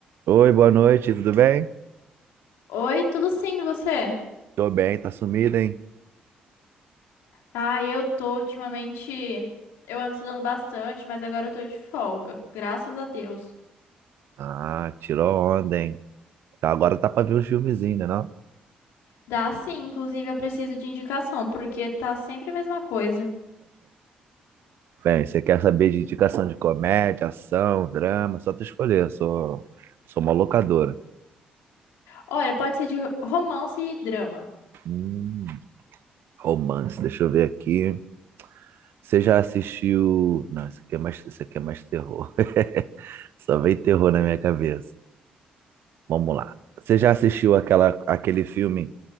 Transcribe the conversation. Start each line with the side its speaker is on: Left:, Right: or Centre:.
Right: Oi, boa noite, tudo bem?
Left: Oi, tudo sim, e você?
Right: Tô bem, tá sumido, hein?
Left: Ah, eu tô ultimamente. Eu ando estudando bastante, mas agora eu tô de folga, graças a Deus.
Right: Ah, tirou onda, hein? Tá, agora tá pra ver uns filmezinhos, né, não?
Left: Dá sim, inclusive eu preciso de indicação, porque tá sempre a mesma coisa.
Right: Bem, você quer saber de indicação de comédia, ação, drama? Só tu escolher, eu sou, sou uma locadora.
Left: Olha, pode ser de romance e drama.
Right: Hum, romance, deixa eu ver aqui. Você já assistiu... Não, isso aqui é mais, isso aqui é mais terror. <laughs> Só vem terror na minha cabeça. Vamos lá. Você já assistiu aquela, aquele filme?